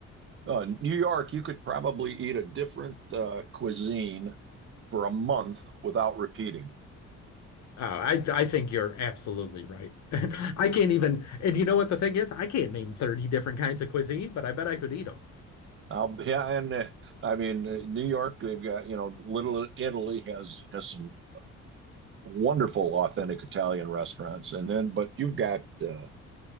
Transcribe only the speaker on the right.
Uh, New York, you could probably eat a different uh, cuisine for a month without repeating.
I'll, yeah, and uh, I mean uh, New York, they've got you know Little Italy has has some wonderful authentic Italian restaurants, and then but you've got uh,